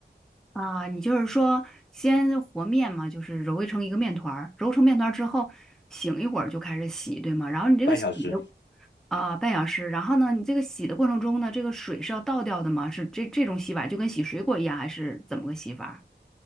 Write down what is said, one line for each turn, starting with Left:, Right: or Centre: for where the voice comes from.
Centre: 啊。你就是说，先和面嘛，就是揉成一个面团儿，揉成面团儿之后，醒一会儿就开始洗，对吗？然后你这个洗的
Left: 半小时。
Centre: 啊、半小时，然后呢，你这个洗的过程中呢，这个水是要倒掉的吗？是这这种洗法就跟洗水果一样，还是怎么个洗法？